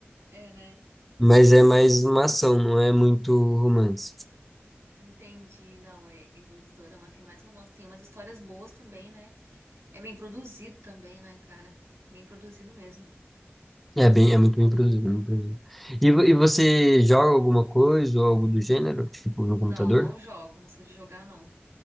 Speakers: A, on the right; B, in the centre.
A: É, né?
B: Mas é mais uma ação, não é muito romance.
A: Entendi. Não, é, eu- os dorama tem mais romance. Tem umas histórias boas também, né? É bem produzido também, né, cara? Bem produzido mesmo.
B: É bem, é muito bem produzido, muito produzido. E, vo- e você joga alguma coisa ou algo do gênero, tipo no
A: Não,
B: computador?
A: não jogo. Não sou de jogar, não.